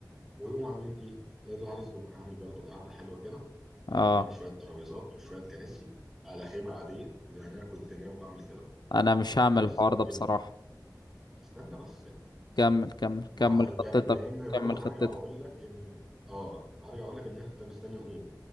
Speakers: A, in the centre; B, on the left.
A: ويقوموا عاملين ايه؟ ايه العريس بيبقى عامل برضو قاعده حلوه كده
B: اه
A: تمام شويه ترابيزات وشويه كراسي على خيمه عاديه يعني انا كنت ناوي اعمل كده
B: انا مش هعمل
A: كويس
B: الحوار
A: واجيب
B: ده بصراحة
A: بقى استنى بس إيه؟
B: كمل كمل
A: ما
B: كمل
A: هو- لا-
B: خطتك
A: لان
B: كمل
A: برضو هرجع
B: خطتك
A: واقول لك ان اه هرجع اقول لك ان احنا مستني نقوم